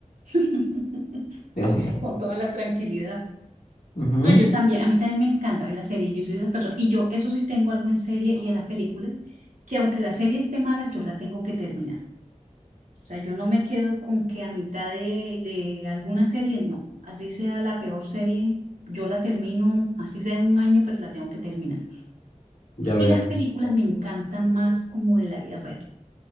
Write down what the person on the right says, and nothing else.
<laughs>
Con toda la tranquilidad.
No, yo también, a mí también me encanta ver la serie. Yo soy de las personas, y yo eso sí tengo algo en serie y en las películas, que aunque la serie esté mala, yo la tengo que terminar. O sea, yo no me quedo con que a mitad de, de alguna serie, no. Así sea la peor serie, yo la termino, así sea en un año, pero la tengo que terminar.
Y las películas me encantan más como de la vida real.